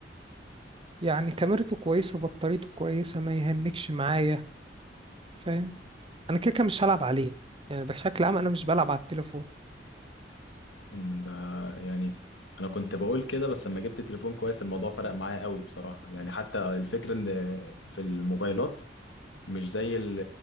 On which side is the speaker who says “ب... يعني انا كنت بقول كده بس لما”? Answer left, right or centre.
Left